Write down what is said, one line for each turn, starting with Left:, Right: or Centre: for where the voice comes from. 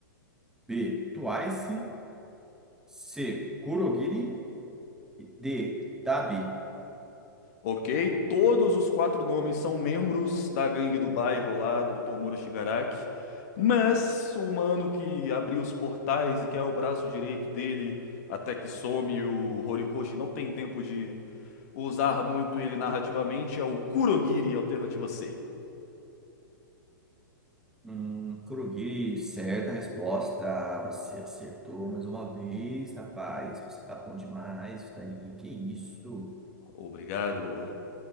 Centre: B, Twice. C, Kurogiri. e D, Dabi.
Left: Ok, todos os quatro nomes são membros da gangue do bairro lá do Tomura Shigaraki, mas o mano que abriu os portais e que é o braço direito dele até que some o Horikoshi não tem tempo de usar muito ele narrativamente é o Kurogiri, alternativa C.
Centre: Hum, Kurogiri, certa resposta. Você acertou mais uma vez, rapaz. Você tá bom demais. Isso daí, que isso?
Left: Obrigado